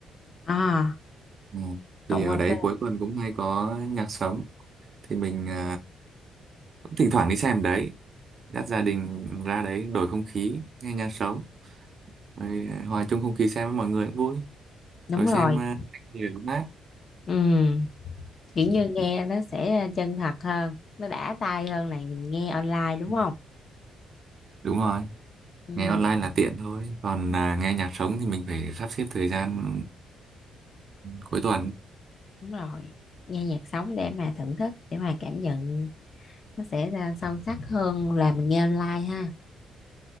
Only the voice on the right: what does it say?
Ừ.
Thì ở
đấy
cuối tuần cũng hay có nhạc sống. Thì mình ờ, cũng thỉnh thoảng đi xem đấy. Dắt gia đình ra đấy đổi không khí, nghe nhạc sống. Rồi ờ, hòa chung không khí xem với mọi người cũng vui.
Rồi xem
ờ, nhiều mát.
Ừ.
ừ,
Đúng rồi.
nghe online là tiện thôi còn à, nghe nhạc sống thì mình phải sắp xếp thời gian cuối tuần